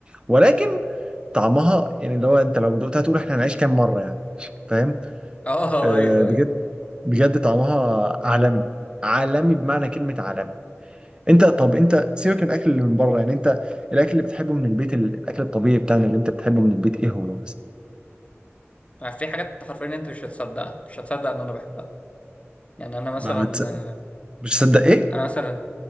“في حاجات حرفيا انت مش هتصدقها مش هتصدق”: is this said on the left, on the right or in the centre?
Left